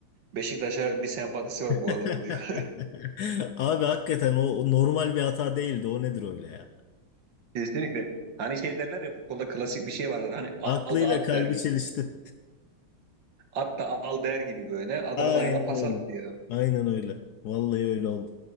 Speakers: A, on the right; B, on the left.
A: Beşiktaş'a bir sempatisi var bu
B: <laughs>
A: adamın diyor.
B: Abi hakikaten o normal bir hata değildi. O nedir öyle ya?
A: <laughs> Kesinlikle. Hani şey derler ya futbolda klasik bir şey vardır. Hani al
B: Aklıyla
A: da at
B: kalbi
A: der gibi.
B: çelişti.
A: At da al der gibi böyle. Adamın
B: Aynen
A: ayağına pas
B: öyle.
A: attı ya.
B: Aynen öyle. Vallahi öyle oldu.